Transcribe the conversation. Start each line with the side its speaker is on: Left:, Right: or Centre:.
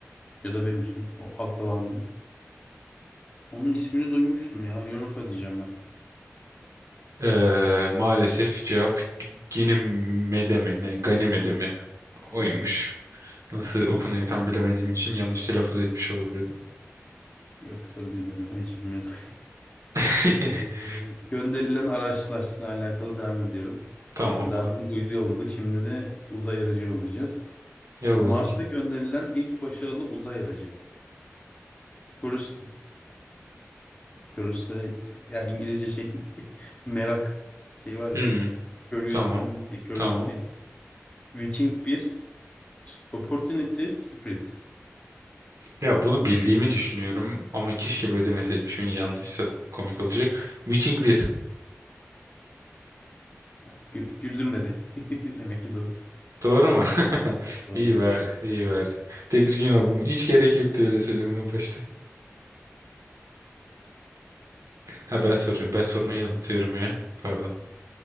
Left: ya da Venüs'ün, o halkalı abinin. Onun ismini duymuştum ya. Europa diyeceğim ben.
Right: Ee, maalesef cevap Ganymede mi ne? Ganymede mi? Oymuş.
Left: <laughs>
Right: Nasıl okunuyor tam bilemediğim için yanlış telaffuz etmiş olabilirim.
Left: Yok sorun değil ben zaten hiç bilmiyordum.
Right: <laughs>
Left: <laughs> Gönderilen araçlarla alakalı devam ediyorum.
Right: Tamam.
Left: Ee, daha dün uydu yolladık. Şimdi de uzay aracı yollayacağız.
Right: Yallah
Left: Mars'a
Right: bakayım.
Left: gönderilen ilk başarılı uzay aracı. Curios- Curiosity ya İngilizce şey <laughs> merak şey var ya.
Right: Hmm,
Left: Curiosity,
Right: tamam.
Left: curiosity.
Right: Tamam.
Left: Viking bir opportunity spirit.
Right: Ya bunu bildiğimi düşünüyorum ama keşke böyle demeseydim. Şimdi yanlışsa komik olacak. Viking bir.
Left: Ya, gü- güldürmedi. <laughs> Demek ki doğru.
Right: Doğru mu? <laughs>
Left: Doğru.
Right: İyi bari, iyi bari. Tedirgin oldum. Hiç gerek yoktu öyle söylemeye başta. Ha ben soruyorum. Ben sormayı unutuyorum ya. Pardon.